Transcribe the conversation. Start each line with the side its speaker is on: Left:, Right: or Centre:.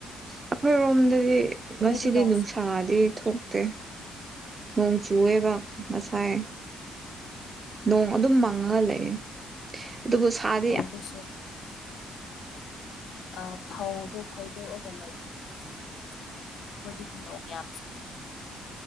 Right: ꯑꯩꯈꯣꯏꯔꯣꯝꯗꯗꯤ ꯉꯁꯤꯗꯤ
Left: ꯅꯣꯏꯗ ꯅꯣꯡ
Right: ꯅꯨꯡꯁꯥꯗꯤ ꯊꯣꯛ ꯇꯦ ꯅꯣꯡ ꯆꯨꯌꯦꯕ ꯃꯁꯥꯏ ꯅꯣꯡ ꯑꯗꯨꯝ ꯃꯪꯉꯒ ꯂꯩꯌꯦ ꯑꯗꯨꯕꯨ ꯁꯥꯢ
Left: ꯐꯧꯒꯗꯣꯁꯨ ꯑ ꯐꯧꯗꯨ ꯐꯧꯗꯣꯑꯛ ꯂꯩꯌꯦ ꯌꯨꯝꯁꯥ ꯌꯥꯝ ꯁꯥꯏ ꯈꯣꯏꯗꯤ ꯇꯤꯟꯗꯣꯡ ꯌꯥꯝ